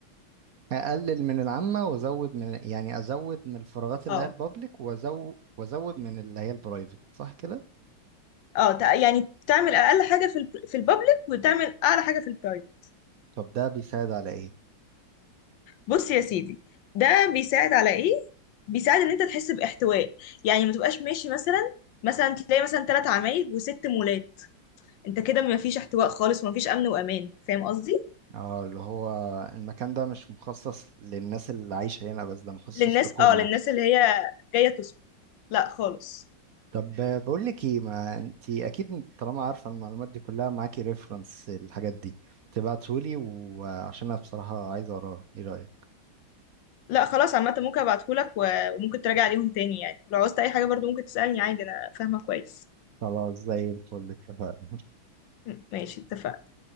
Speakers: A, on the right; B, on the left.
A: أقلل من العامة وأزود من يعني أزود من الفراغات اللي
B: اه
A: هي البابليك وأزود وأزود من اللي هي البرايفت صح كده؟
B: اه تع- يعني تعمل اقل حاجة في ال في البابليك وتعمل اعلى حاجة في البرايفت
A: طب ده بيساعد على إيه؟
B: بص يا سيدي ده بيساعد على ايه بيساعد ان انت تحس باحتواء يعني ما تبقاش ماشي مثلا مثلا تلاقي مثلا ثلاث عمايل وست مولات انت كده ما فيش احتواء خالص وما فيش امن وامان فاهم قصدي
A: أه اللي هو المكان ده مش مخصص للناس اللي عايشة هنا بس ده مخصص
B: للناس
A: لكله
B: اه للناس اللي هي جايه تسكن لا خالص
A: طب بقول لك ايه ما انت اكيد طالما عارفه المعلومات دي كلها معاكي ريفرنس الحاجات دي تبعتهولي وعشان انا بصراحه عايز اقراها ايه رايك
B: لا خلاص عامه ممكن ابعتهولك و- وممكن تراجع عليهم تاني يعني لو عاوزت اي حاجه برضو ممكن تسالني عادي انا فاهمه كويس
A: خلاص زي الفل اتفقنا
B: م- ماشي اتفقنا